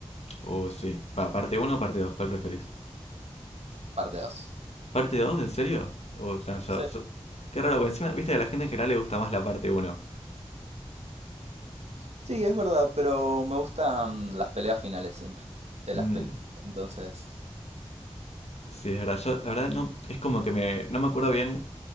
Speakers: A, on the left; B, on the right.
A: Uh, sí. Va, parte uno o parte dos ¿cuál preferís?
B: parte 2.
A: ¿Parte dos ¿En serio? Uh, ya, ya,
B: Sí,
A: ya. Qué raro, porque encima, viste, que a la gente en general le gusta más la parte uno
B: sí, es verdad, pero me gustan las peleas finales siempre de las
A: Mm,
B: pelis. Entonces,
A: sí, es verdad. Yo, la verdad, no, es como que me, no me acuerdo bien,